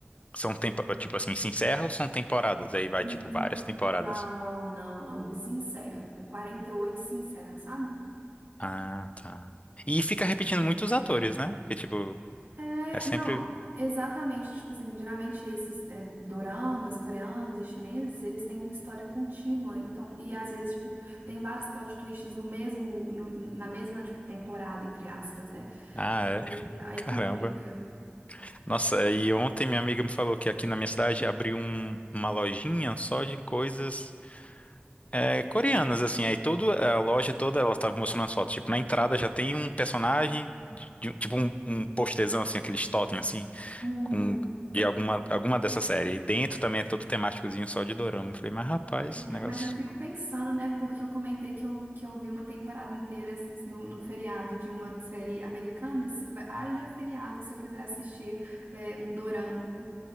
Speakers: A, on the left; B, on the right.
A: são tempo, tipo assim, se encerra ou são temporadas? Aí vai,
B: Uhum.
A: tipo, várias temporadas.
B: Não, não, não. Eles se encerram. Com 48 se encerra, sabe?
A: Ah, tá. E fica repetindo muitos atores, né? Porque, tipo,
B: É,
A: é sempre.
B: não, exatamente, tipo assim, geralmente esses é, doramas coreanos e chineses, eles têm uma história contínua, então, e às vezes, tipo, tem vários plot twists no mesmo, no- na mesma, tipo, temporada, entre aspas, né?
A: Ah, é.
B: Aí,
A: <laughs>
B: aí
A: Caramba.
B: complica.
A: Nossa, e ontem minha amiga me falou que aqui na minha cidade abriu um- uma lojinha só de coisas é, coreanas, assim. Aí toda a loja toda, ela tava mostrando as fotos. Tipo, na entrada já tem um personagem, de- de- um, tipo um, um postezão, assim, aqueles totem, assim.
B: Uhum.
A: com de alguma, alguma dessa série. E dentro também é todo temáticozinho só de dorama. Eu falei, mas rapaz,
B: É,
A: negócio
B: mas eu fico pensando, né, porque eu comentei que eu, que eu vi uma temporada inteira s- no, no feriado de uma série americana, se- vai- haja feriado se eu quiser assistir é, um dorama, né?